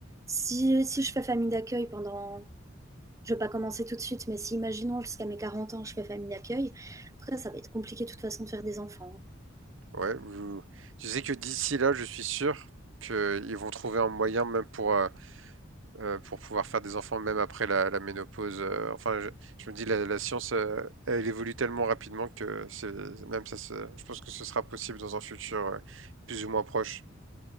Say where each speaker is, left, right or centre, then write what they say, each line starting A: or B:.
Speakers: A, on the right; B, on the right.
A: si, si je fais famille d'accueil pendant. Je ne vais pas commencer tout de suite, mais si imaginons jusqu'à mes 40 ans, je fais famille d'accueil, après ça va être compliqué de toute façon de faire des enfants.
B: ouais. Vous... Tu sais que d'ici là, je suis sûr qu'ils vont trouver un moyen, même pour euh, euh, pour pouvoir faire des enfants même après la, la ménopause. euh, enfin, je, je me dis la, la science, euh, elle évolue tellement rapidement que c'est même ça, se- je pense que ce sera possible dans un futur euh, plus ou moins proche.